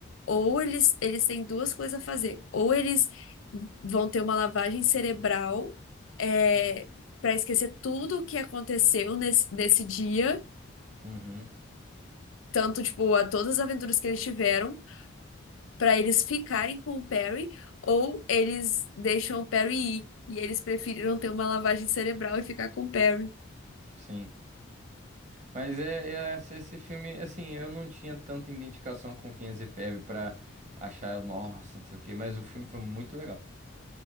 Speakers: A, on the left; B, on the right.
A: ou eles, eles têm duas coisas a fazer. Ou eles vão ter uma lavagem cerebral, é, para esquecer tudo o que aconteceu nesse, nesse dia,
B: Uhum.
A: tanto, tipo, a todas as aventuras que eles tiveram. para eles ficarem com o Perry ou eles deixam o Perry ir e eles preferiram ter uma lavagem cerebral e ficar com o Perry.
B: Sim. Mas é, é esse esse filme, assim, eu não tinha tanta identificação com Phineas e Ferb pra achar, nossa, não sei o quê, mas o filme foi muito legal.